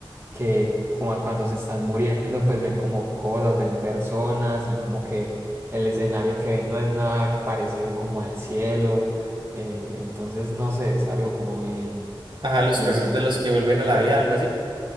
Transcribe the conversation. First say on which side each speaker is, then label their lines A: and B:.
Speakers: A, on the right; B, on the right.
A: que como a cuando se están muriendo, pues ven como cosas, ven personas y como que el escenario que ven no es nada parecido como al cielo. Eh, entonces, no sé, es algo como bien,
B: Ajá, los
A: bien
B: casos de los que vuelven
A: que me cuestiona.
B: a la vida, algo así.